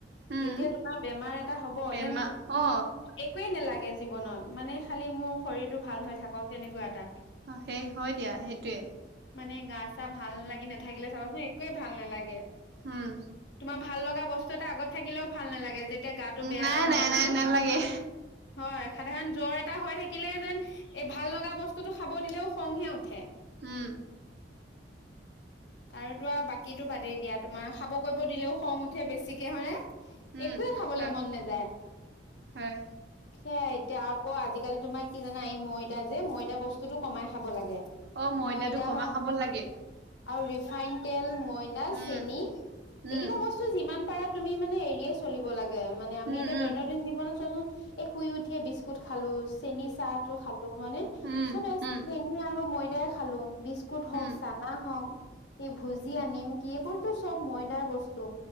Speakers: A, on the right; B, on the left.
A: উম।
B: যেতিয়া তোমাৰ বেমাৰ এটা হ'ব
A: বেমাৰ
B: যেন
A: অ
B: একোৱে নালাগে জীৱনত মানে। খালি মোৰ শৰীৰটো ভাল হৈ থাকক তেনেকুৱা এটা।
A: অ সেই হয় দিয়া সেইটোৱে।
B: মানে গা চা ভাল লাগি নাথাকিলে চাবাচোন একোৱে ভাল নালাগে।
A: উম
B: তোমাৰ ভাল লগা বস্তু এটা আগত থাকিলেও ভাল নালাগে। যেতি তিয়া গাটো বেয়া
A: নাই
B: চাবাচোন
A: নাই নাই নালাগে
B: হয়। সাধাৰণ জ্বৰ এটা হৈ থাকিলে যেন এই ভাল লগা বস্তুটো খাব দিলেও খংহে উঠে।
A: উম।
B: আৰুতো আৰু বাকীতো বাদেই দিয়া। তোমাৰ খাব কৰিব দিলেও খং উঠে, বেছিকে হয়নে?
A: উম
B: একোৱে খাবলে
A: হয়
B: মন নাযায়।
A: হয়
B: সেয়াই এতিয়া আকৌ আজিকালি তোমাৰ কি জানা এই ময়দা যে ময়দা বস্তুটো কমাই খাব লাগে।
A: অ, ময়দাটো
B: ময়দা
A: কমাই
B: হ
A: খাব লাগে।
B: আৰু ৰিফাইন তেল, ময়দা,
A: উম
B: চেনি
A: উম
B: এইকেইটা বস্তু যিমান পাৰা তুমি মানে মানে এৰিয়ে চলিব লাগে। মানে আমি
A: উম
B: এতিয়া
A: উম
B: দৈনন্দিন জীৱনত চোৱাচোন এই শুই উঠিয়ে বিস্কুট খালো চেনি চাহ টো খালো, হয়নে?
A: উম
B: চবে
A: উম
B: চেনি আৰু ময়দাই খালো বিচ বিস্কুট হওক,
A: উম
B: চানা হওক, এই ভূজিয়া, নিমকী এইবোৰটো চব ময়দাৰ বস্তু।